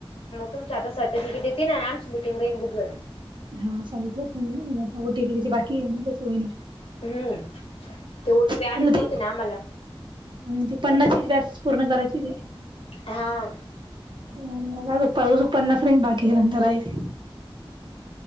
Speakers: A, on the left (about 80°); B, on the right (about 55°).
A: तुमच आता सर्टिफिके देतील आणि आमची मिटिंग राहीन बुधवारी.
B: हा सांगितलं त्यांनी म्हणजे आता ओ टी पी त्या बाकी आहे ना <unintelligible>
A: हम्म ते ओ टी पि
B: त्यांना
A: आलीच नव्हते
B: ते
A: ना आम्हाला.
B: हम्म ती पन्नाचीच बॅचपूर्ण करायची ते.
A: हा
B: <unintelligible>